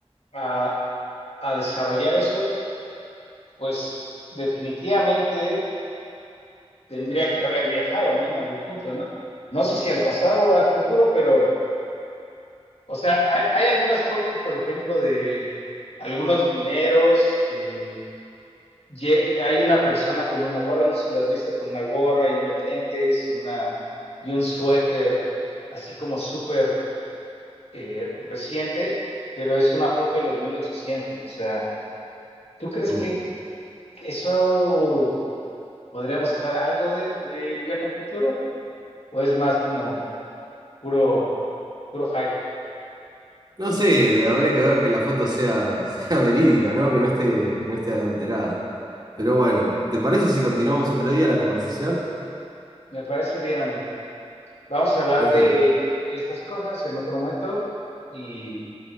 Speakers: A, on the left; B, on the right.
A: a a desarrollar eso, pues definitivamente tendría que haber viajado, ¿no? En algún punto, ¿no? No sé si al pasado o al futuro, pero, o sea, hay, hay algunas fotos, por ejemplo, de algunos mineros que lle- hay una persona con una gorra, no sé si la has visto, con una gorra y unos lentes y, una, y un suéter, así como súper eh, reciente, pero es una foto de los 1800. o sea, ¿tú crees
B: Mm.
A: que eso podría mostrar algo de, del viaje al futuro? ¿O es más como puro Puro hype.
B: No sé, habría que ver que la foto sea, <laughs> sea verídica, ¿no? Que no esté, que no esté adulterada. Pero bueno, ¿te parece si continuamos otro día la conversación?
A: Me parece bien, amigo. Vamos a hablar
B: Perfecto.
A: de estas cosas en otro momento y,